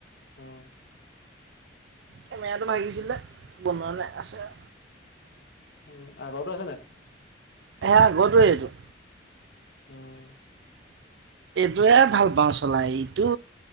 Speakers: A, on the left; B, on the right.
A: উম।
B: কেমেৰাটো ভাগিছিলে, বনোৱা নাই আছে।
A: উম, আগৰটো আছে নাই?
B: সেয়া আগৰটোৱে এইটো।
A: উম
B: ভাল ভাল পাওঁ চলাই। এইটো